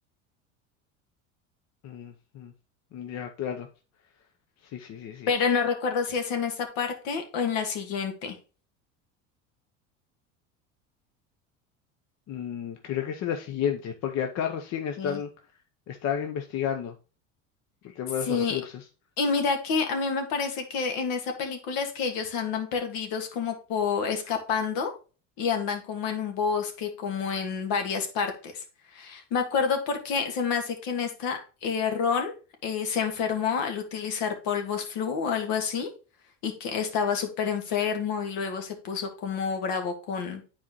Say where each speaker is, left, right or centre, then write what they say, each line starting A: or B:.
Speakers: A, on the left (about 45°); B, on the left (about 60°).
A: Ujú. Ya, claro. Sí, sí, sí, sí.
B: Pero no recuerdo si es en esta parte o en la siguiente.
A: Mm, creo que esa es la siguiente, porque acá recién están,
B: Sí.
A: están investigando el tema
B: Sí.
A: de los Horrocruxes.
B: Y mira que a mí me parece que en esa película es que ellos andan perdidos como por escapando y andan como en un bosque, como en varias partes. Me acuerdo porque se me hace que en esta eh, Ron eh, se enfermó al utilizar polvos flu o algo así y que estaba súper enfermo y luego se puso como bravo con,